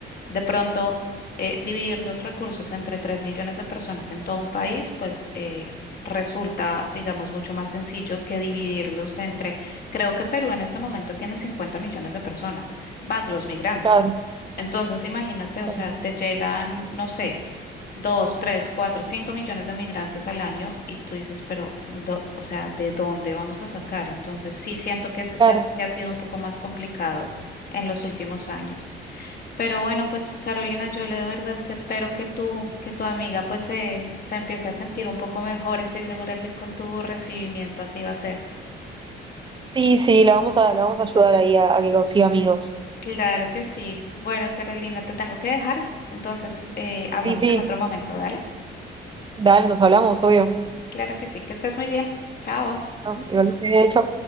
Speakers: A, on the left; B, on the right.
A: de pronto eh, dividir los recursos entre 3 millones de personas en todo un país, pues eh, resulta, digamos, mucho más sencillo que dividirlos entre, creo que Perú en este momento tiene 50 millones de personas, más los migrantes.
B: claro,
A: Entonces, imagínate,
B: claro,
A: o sea, te llegan, no sé dos, tres, cuatro, cinco millones de migrantes al año y tú dices, pero, do- o sea, ¿de dónde vamos a sacar? Entonces sí siento que ese
B: claro.
A: tema sí ha sido un poco más complicado en los últimos años. Pero bueno, pues Carolina, yo la verdad es que espero que tú, que tu amiga pues se, se empiece a sentir un poco mejor. Estoy segura que con tu recibimiento así va a ser.
B: Sí, sí, la vamos a, la vamos a ayudar ahí a, a que consiga amigos.
A: Claro que sí. Bueno, Carolina, te tengo que dejar. Entonces, eh, hablamos
B: Sí, sí,
A: en otro momento, ¿dale?
B: dale, nos hablamos, obvio.
A: Claro que sí, que estés muy bien. Chao.
B: ¿no? Igualmente, chau.